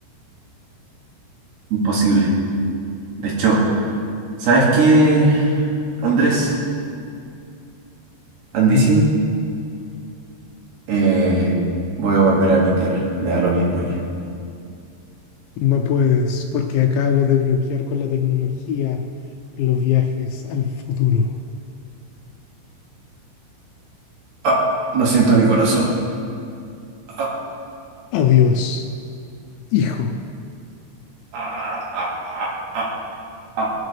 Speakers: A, on the right (about 60°); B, on the left (about 80°).
A: Imposible. De hecho, ¿sabes qué, Andrés? Andisín,
B: Dime.
A: eh, voy a volver a mi tierra. Me da lo mismo ya.
B: No puedes, porque acabo de bloquear con la tecnología los viajes al futuro.
A: Ah, no siento mi corazón. Ah,
B: Adiós, hijo.
A: ah, ah, ah, ah, ah.